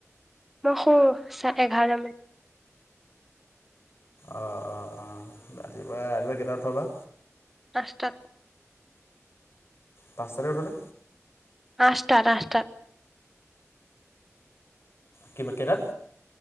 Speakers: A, in the centre; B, on the left.
A: মই শুঁ চাৰে এঘাৰটা মানত।
B: অ অ, অঁ' ৰাতিপুৱা ৰাতিপুৱা কেইটাত উঠ বা?
A: আঠটাত।
B: পাঁচটাতে উঠ নে।
A: আঠটা আঠটা।
B: কি বা কেইটাত।